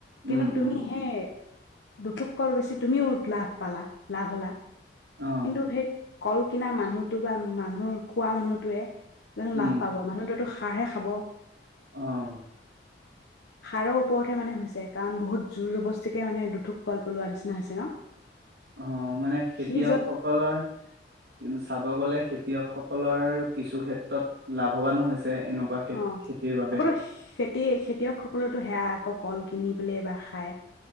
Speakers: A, on the right; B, on the left.
A: উম,
B: কিন্তু তুমি
A: উম,
B: হে দুঠোক কল বেছি তুমিও লাভ পালা লাভ হলা।
A: অ',
B: কিন্তু হেই কল কিনা মানুহতো বা মানুহ, খোৱা মানুহটোৱে জানো
A: উম,
B: লাভ পাব মানুহটোত সাৰহে খাব।
A: অ'
B: সাৰৰ ওপৰতহে মানে হৈছে কাৰণ বহুত জোৰ জবস্তিকে মানে দুঠোক কল পেলোৱা নিচিনা হৈছে ন?
A: অ মানে খেতিয়ক
B: সি য'ত
A: সকলৰ <unintelligible> চাব গলে খেতিয়কসকলৰ কিছু ক্ষেত্ৰত লাভৱানো হৈছে। এনেকুৱা খেত
B: অ
A: খেতিৰ বাবে
B: আগতে খেতি খেতিয়ক সকলৰটো সেয়া আকৌ কল কিনি পেলাই <unintelligible> খাই